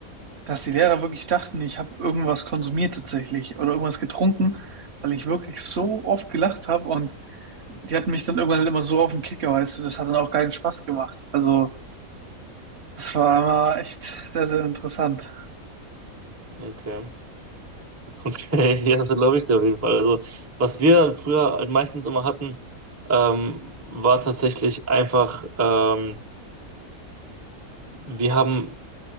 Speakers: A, on the right; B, on the right.
A: dass die Lehrer wirklich dachten, ich habe irgendwas konsumiert tatsächlich oder irgendwas getrunken, weil ich wirklich so oft gelacht habe und die hatten mich dann irgendwann halt immer so auf den Kicker, weißt du, das hat dann auch keinen Spaß gemacht. Also, das war immer echt sehr, sehr interessant.
B: okay. Okay, <laughs> ja, das glaube ich dir auf jeden Fall. Also, was wir früher halt meistens immer hatten, ähm, war tatsächlich einfach, ähm, wir haben,